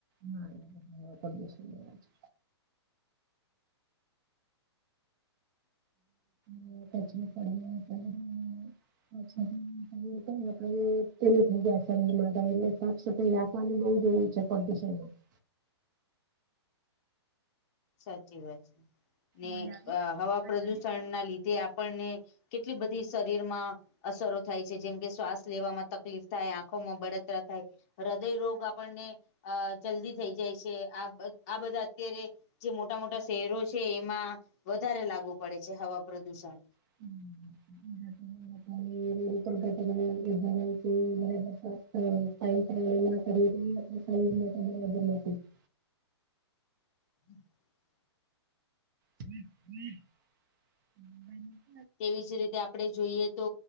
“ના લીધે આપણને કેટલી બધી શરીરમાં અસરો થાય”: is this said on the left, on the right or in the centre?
Left